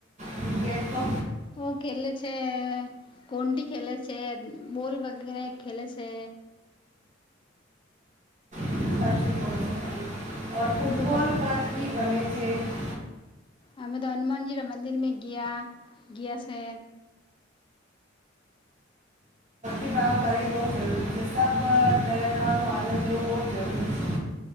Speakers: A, on the right (about 40°); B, on the left (about 25°).
A: ક્રિકેટ તો.
B: ઓ ખેલે છે, કોંડી ખેલે છે, બોલ વગેરે, ખેલે છે.
A: <unintelligible>
B: આમ તો હમે તો હનુમાનજી મંદિર મે ગયા ગયા છે.
A: ત કર બહુ જરૂરી છે સ તનાનો આનંદ એવું બહુ જરૂરી છે.